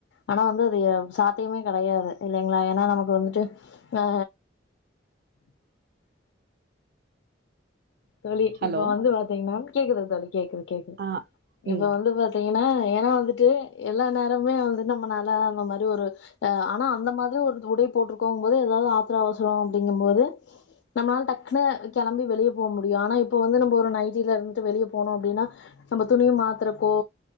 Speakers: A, on the left (about 75°); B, on the right (about 55°).
A: ஆனா வந்து அதியே சாத்தியமே கெடையாது இல்லைங்களா ஏன்னா நமக்கு வந்துட்டு ஆ தோழி
B: ஹலோ.
A: இப்ப வந்து பாத்தீங்கன்னா கேக்குது தோழி கேக்குது கேக்குது
B: ஆ. ம்.
A: இப்ப வந்து பாத் தீங்கன்னா ஏன்னா வந்துட்டு எல்லா நேரமுமே வந்து நம்மநால அந்த மாரி ஒரு அ ஆனா அந்த மாதிரி ஒரு உடை போட்டிருக்கோங்கும்போது ஏதாவது ஆத்தரோ அவசரோ அப்டிங்கும் போது நம்மனால டக்குன்னு கெளம்பி வெளிய போ முடியு ஆனா இப்ப வந்து நம்ம ஒரு நைட்டில இருந்துட்டு வெளிய போனோ அப்டின்னா நம்ம துணிய மாத்தறக்கோ